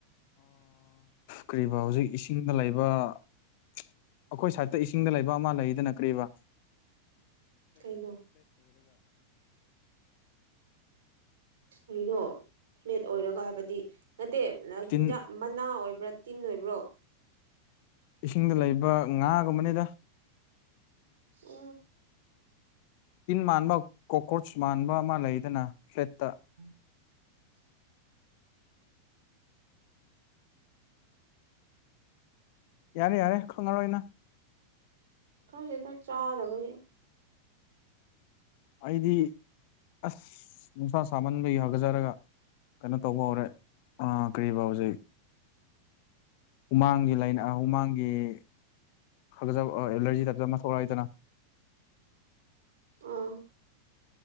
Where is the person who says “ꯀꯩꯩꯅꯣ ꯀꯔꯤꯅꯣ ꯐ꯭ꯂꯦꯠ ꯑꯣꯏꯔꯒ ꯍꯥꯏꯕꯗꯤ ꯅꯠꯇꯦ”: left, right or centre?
Right